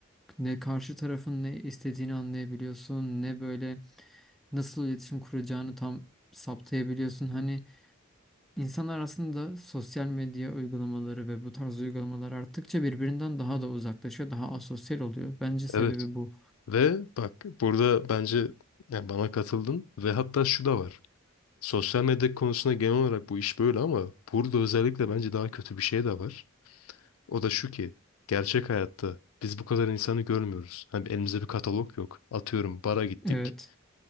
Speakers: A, in the centre; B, on the left (about 80°).
A: ne karşı tarafın ne istediğini anlayabiliyorsun, ne böyle nasıl iletişim kuracağını tam saptayabiliyorsun. Hani İnsanlar aslında sosyal medya uygulamaları ve bu tarz uygulamalar arttıkça birbirinden daha da uzaklaşıyor, daha asosyal oluyor. Bence sebebi
B: Evet.
A: bu.
B: Ve bak burada bence yani bana katıldın ve hatta şu da var. Sosyal medya konusunda genel olarak bu iş böyle ama burada özellikle bence daha kötü bir şey de var. O da şu ki gerçek hayatta biz bu kadar insanı görmüyoruz. Hani elimizde bir katalog yok. Atıyorum bara gittik.
A: Evet,